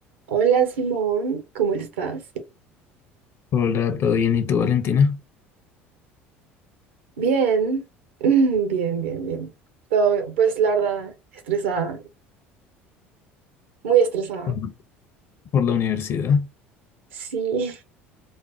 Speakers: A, on the right (about 70°); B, on the left (about 40°).
A: Hola Simón, ¿cómo estás?
B: Hola, ¿todo bien? ¿Y tú, Valentina?
A: Bien, <laughs> bien, bien, bien. Todo, pues la verdad, estresada, muy estresada.
B: Por por la universidad.
A: Sí,